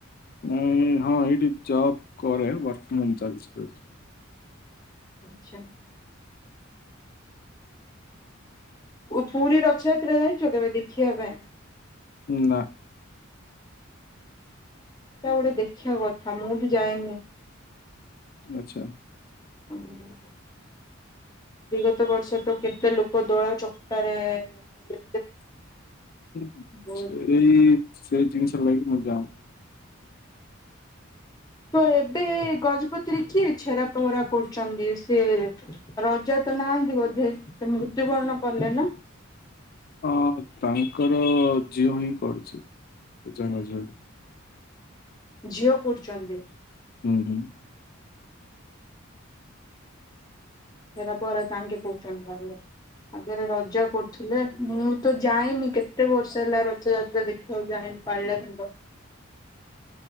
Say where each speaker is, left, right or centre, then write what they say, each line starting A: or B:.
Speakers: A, on the left (about 45°); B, on the left (about 20°).
A: ନଁ ହଁ ଏଇଠି ଜବ କରେ ୱାର୍କ ଚାଲିଛି ।
B: ଆଚ୍ଛା । ପୁରୀ ରଥଯାତ୍ରା ଯାଇଛ କେବେ ଦେଖିବା ପାଇଁ?
A: ନା ।
B: ତା ଗୋଟେ ଦେଖିବା କଥା ମୁଁ ବି ଯାଇନି ।
A: ଆଚ୍ଛା ।
B: ହୁଁ । ବିଗତ ବର୍ଷ ତ କେତେ ଲୋକ ଦୋଳା ଚକଟାରେ
A: ହୁଁ
B: ବହୁତ
A: ସେଇ ସେଇ ଜିନିଷ ଲାଗି ମୁଁ ଯାାଉନି ।
B: ତ ଏବେ ଗଜପତିରେ କିଏ ଛେରା ଫହରା କରୁଛନ୍ତି? ସେ ରଜା ନାହାନ୍ତି ବୋଧେ? ସେ ମୃତ୍ୟୁବରଣ କଲେ ନା?
A: ଅଁ ତାଙ୍କର ଝିଅ ହିଁ କରୁଛି ।ଜଣେ ଝିଅ ।
B: ଝିଅ କରୁଛନ୍ତି?
A: ହୁଁ ହୁଁ ।
B: ଛେରା ପହଁରା ତାଙ୍କେ କହୁଛନ୍ତି ଭାବିଲି । ଆଗରେ ରଜା କରୁଥିଲେ ।ମୁଁ ତ ଯାଇନି, କେତେ ବର୍ଷ ହେଲା ରଥଯାତ୍ରା ଦେଖିବାକୁ ଯାଇନି । <inaudible>